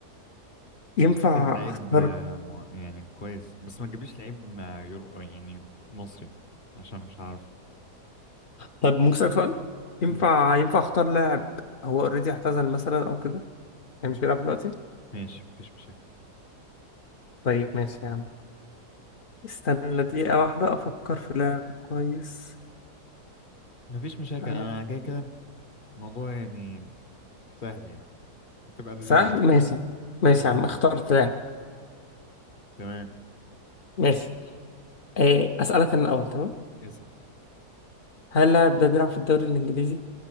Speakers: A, on the left; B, on the left.
A: ينفع
B: أنا جبت لك لعيب
A: أختار
B: آه، مع- يعني كويس بس ما تجيبليش لعيب آه، يرو يعني مصري عشان مش عارف
A: طب ممكن أسألك سؤال؟ ينفع
B: امم
A: ينفع أختار لاعب هو أوريدي اعتزل مثلا أو كده يعني مش بيلعب دلوقتي؟
B: ماشي مفيش مشاكل
A: طيب ماشي يا عم استنى دقيقة واحدة أفكر في لاعب كويس
B: مفيش مشاكل
A: آه،
B: انا كده كده الموضوع يعني سهل يعني تبقى لذيذة
A: سهل
B: يعني
A: ماشي ماشي يا عم اخترت لاعب
B: تمام
A: ماشي إيه أسألك أنا الأول تمام
B: اسأل
A: هل اللاعب ده بيلعب في الدوري الإنجليزي؟